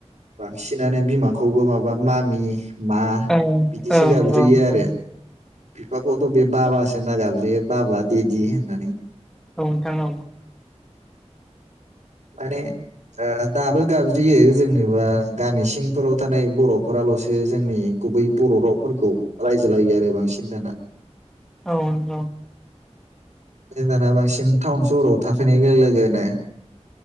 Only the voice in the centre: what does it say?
औ
औ
नंगौ
औ
औ नोंथां औ
औ औ